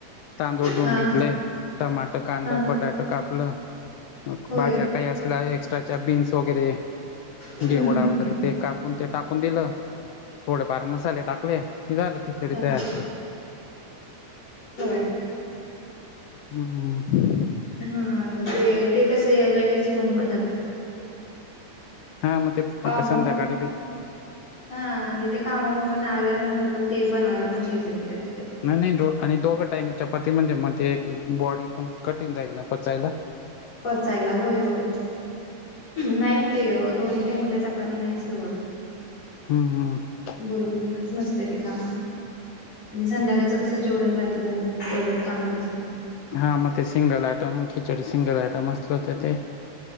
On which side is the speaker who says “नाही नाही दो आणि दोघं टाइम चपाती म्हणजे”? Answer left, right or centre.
Left